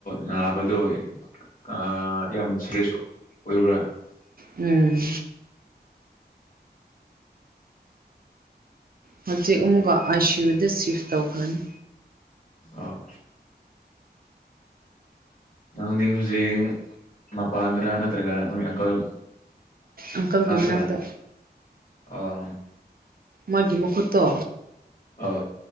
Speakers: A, on the left; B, on the right.
A: ꯅꯥꯕꯗꯣ ꯑ ꯌꯥꯝ ꯁꯤꯦꯔꯤꯌꯁ ꯑꯣꯏꯕ꯭ꯔꯥ
B: ꯎꯝ ꯍꯧꯖꯤꯛ ꯑꯃꯨꯛꯒ ꯑꯥꯏꯁꯤꯌꯣꯗ ꯁꯤꯐ ꯇꯧꯈ꯭ꯔꯅꯤ
A: ꯑꯥ ꯅꯪꯗꯤ ꯍꯧꯖꯤꯛ ꯃꯄꯥꯟꯗꯔ ꯅꯠꯇ꯭ꯔꯒ ꯅꯣꯏ ꯑꯪꯀꯜ
B: ꯑꯪꯀꯜꯒꯤ
A: ꯅꯥꯛꯇꯔ
B: ꯃꯅꯥꯛꯇ
A: ꯑꯣ
B: ꯃꯥꯒꯤ ꯃꯈꯨꯈꯨꯠꯇꯣ
A: ꯑꯣ